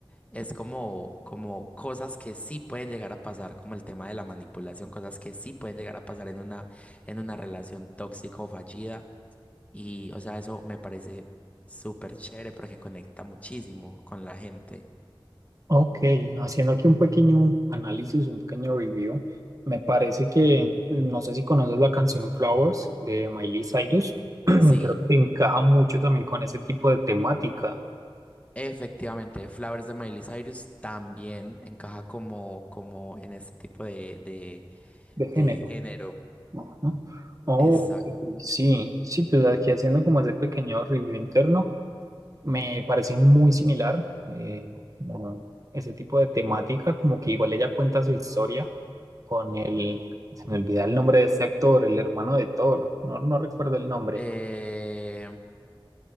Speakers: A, on the left; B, on the right.
A: Es como, como cosas que sí pueden llegar a pasar, como el tema de la manipulación, cosas que sí pueden llegar a pasar en una, en una relación tóxica o fallida. Y, o sea, eso me parece súper chévere porque conecta muchísimo con la gente.
B: Ok, haciendo aquí un pequeño análisis, un pequeño review, me parece que, no sé si conoces la canción Flowers de Miley Cyrus, <clears throat> creo
A: Sí,
B: que encaja mucho también con ese tipo de temática
A: efectivamente, Flowers de Miley Cyrus también encaja como, como en este tipo de, de,
B: de género,
A: de género.
B: ¿no? ¿No? Ok,
A: Exacto.
B: sí, sí, pues aquí haciendo como ese pequeño review interno, me parece muy similar, eh, como ese tipo de temática, como que igual ella cuenta su historia con el, se me olvida el nombre de ese actor, el hermano de Thor, no, no recuerdo el nombre,
A: Eh,